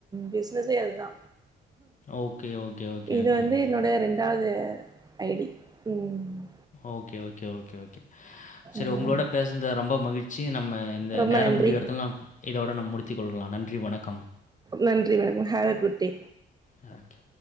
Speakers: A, on the right (about 20°); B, on the left (about 40°).
A: பிஸ்னஸே அதுதா
B: ஓகே, ஓகே, ஓகே,
A: இது
B: ஓகே,
A: வந்து
B: ஓகே.
A: என்னுடைய ரெண்டாவது ஐடி ம்
B: ஓகே ஓகே ஓகே ஓகே செரி
A: ம்
B: உங்களோட பேஸ்னது ரொம்ப மகிழ்ச்சி நம்ம இந்த
A: ரொம்ப
B: நேரம்
A: நன்றி
B: முடிவு எடத்துல நாம் இதோட நம் முடித்துகொள்ளலா நன்றி வணக்கம்
A: நன்றி வணக்கம் ஹேவ்வ குட்டே
B: அ ஓகே